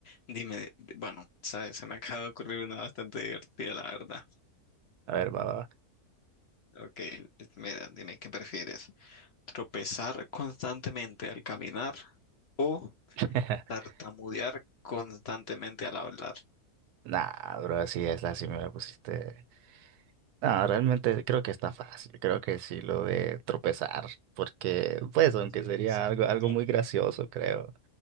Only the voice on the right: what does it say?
A ver, va, va. va.
<laughs>
Nah, bro, así es, así me la pusiste. No, realmente creo que está fácil, creo que sí lo de tropezar, porque pues aunque
sería
algo,
algo
muy gracioso, creo.